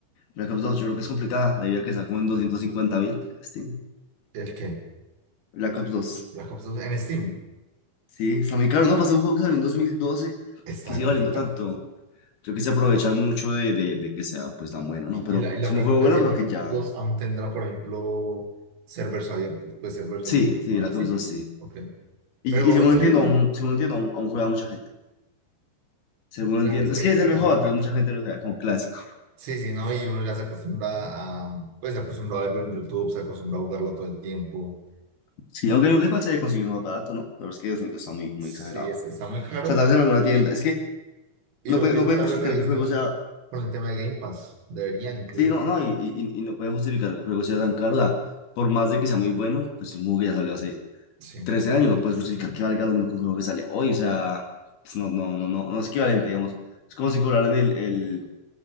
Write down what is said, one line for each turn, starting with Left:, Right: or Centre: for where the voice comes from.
Left: Black Ops dos yo creo que es complicada, debido a que está como en doscientos cincuenta mil en Steam.
Right: ¿El qué?
Left: Black Ops 2.
Right: La Copa 2 en Steam.
Left: Sí, está muy caro, ¿no? Pasé un juego que salió en 2012
Right: Está
Left: que sigue
Right: en
Left: valiendo
Right: Steam.
Left: tanto. Creo que se aprovechan mucho de, de- de que sea pues tan bueno,
Right: Y,
Left: ¿no? Pero
Right: y la, y la
Left: es un
Right: pregunta
Left: juego bueno,
Right: es si
Left: pero
Right: la
Left: que
Right: Copa
Left: ya.
Right: 2 aún tendrá, por ejemplo, servers abiertos. Pues servers
Left: Sí,
Right: de...
Left: sí,
Right: Ahora
Left: la
Right: sí.
Left: Cops 2 sí.
Right: Ok.
Left: Y,
Right: Pero
Left: y según
Right: en
Left: entiendo,
Right: serio, no-
Left: aún, según entiendo, aún, aún juega mucha gente. Según
Right: claro,
Left: entiendo.
Right: es que
Left: Es que es el mejor,
Right: no
Left: entonces
Right: puede.
Left: mucha gente lo juega como clásico.
Right: sí, sí, ¿no? Y uno ya se acostumbra a, pues se acostumbra a verlo en YouTube, se acostumbra a jugarlo todo el tiempo.
Left: Sí, aunque yo creo que igual se debe conseguir más barato, ¿no? La verdad es que 200 está muy, muy
Right: Sí,
Left: exagerado.
Right: es- está muy
Left: O
Right: caro.
Left: sea, tal vez en alguna
Right: Y,
Left: tienda. Es que
Right: y
Left: no
Right: lo
Left: puede,
Right: que
Left: no
Right: digo,
Left: puede
Right: tal
Left: justificar
Right: vez revisar
Left: que el juego sea.
Right: con el tema de Game Pass, deberían incluir.
Left: Sí, no, no, y, y, y y no pueden justificar que el juego sea tan caro. O sea, por más de que sea muy bueno, pues es un juego que ya salió hace
Right: Sí.
Left: trece años no puedes justificar que valga lo mismo que un juego que sale hoy, o sea, pues no, no, no, no, no es equivalente, digamos. Es como si cobraran el, el...